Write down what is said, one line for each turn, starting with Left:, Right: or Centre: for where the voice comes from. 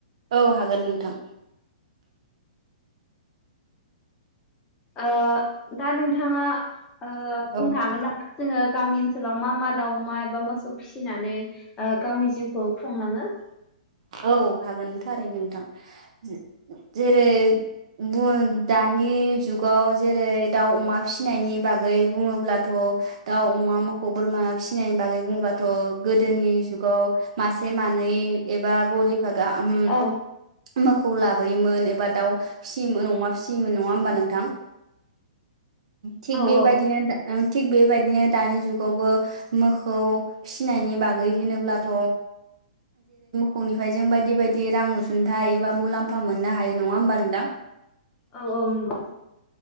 Right: औ हागोन नोंथां।
Left: ओ दा नोंथाङा ओ बुंनो
Right: औ
Left: हागोन नामा? जोङो गामि ओनसोलाव मा मा दाउमा एबा मोसौ फिसिनानै ओ गावनि जिउखौ खुंलाङो?
Right: औ हागोन थारै नोंथां जे-जेरै बुङो नो दानि जुगाव जेरै दाउ अमा फिसिनायनि बागै बुङोब्लाथ दाउ अम अमा मोखौ बोरमा फिसिनायनि बागै बुंबाथ गोदोनि जुगाव मासे मानै एबा गलिफा गाहाम
Left: औ
Right: मोखौ लाबोयोमोन एबा दाउ फिसियोमोन अमा फिसियोमोन नङा होमबा नोंथां? थिग
Left: औ
Right: बेबायदिनो
Left: औ
Right: दा ओं थिग बेबायदिनो दानि जुगावबो मोखौ फिसिनायनि बाग गै होनोब्ला थ खंनिफ्राय जों बायदि बायदि रां अनसुंथाइ एबा मुलाम्फा मोननो हायो नङा होमबा नोंदां?
Left: औ औ नंगौ